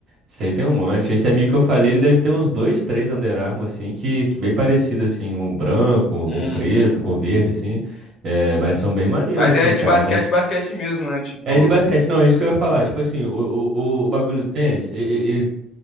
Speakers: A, on the right; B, on the left.
A: Esse aí tem um monte. Esse amigo que eu falei, ele deve ter uns dois, três Under Armour, assim, que, que bem parecido, assim, um branco, um
B: Uhum.
A: preto, com verde, assim. É, mas são bem maneiros,
B: Mas é
A: assim,
B: de
A: cara,
B: basquete,
A: mas...
B: basquete mesmo, né? Tipo.
A: É de basquete, não, é isso que eu ia falar. Tipo assim, o, o, o o bagulho do tênis, e- e- ele